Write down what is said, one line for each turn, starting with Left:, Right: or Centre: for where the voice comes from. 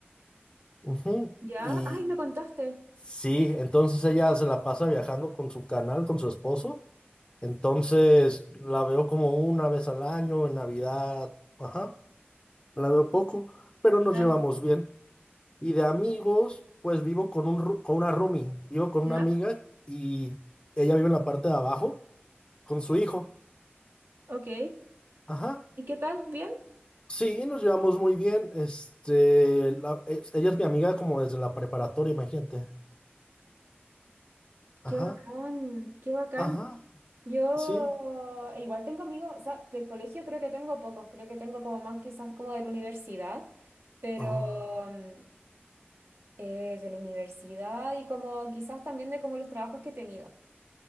Left: Ujú.
Right: ¿Ya?
Left: Y
Right: Ay, me contaste.
Left: sí, entonces ella se la pasa viajando con su canal, con su esposo. Entonces la veo como una vez al año, en Navidad. Ajá, la veo poco, pero nos
Right: Claro.
Left: llevamos bien. Y de amigos, pues vivo con un, ru- con una roomie, vivo con
Right: ¿Ya?
Left: una amiga y ella vive en la parte de abajo con su hijo.
Right: Ok.
Left: Ajá.
Right: ¿Y qué tal? ¿Bien?
Left: Sí, nos llevamos muy bien. Este, la- es- ella es mi amiga como desde la preparatoria, imagínate. Ajá,
Right: Qué bacán, qué bacán.
Left: ajá,
Right: Yo
Left: sí.
Right: igual tengo amigos, o sea, del colegio creo que tengo pocos, creo que tengo como más quizás como de la universidad, pero
Left: Oh,
Right: mm, eh, de la universidad y como quizás también de como los trabajos que he tenido.